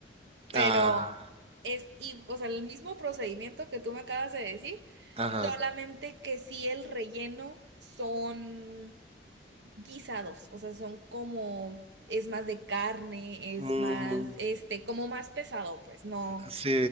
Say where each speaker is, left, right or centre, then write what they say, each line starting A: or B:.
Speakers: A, on the right (about 75°); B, on the right (about 35°).
A: Pero
B: Ah,
A: es, i- o sea, el mismo procedimiento que tú me acabas de decir,
B: ajá.
A: solamente que sí el relleno son guisados, o sea, son como, es más de carne, es
B: Mm,
A: más, este, como más pesado, pues, no.
B: sí,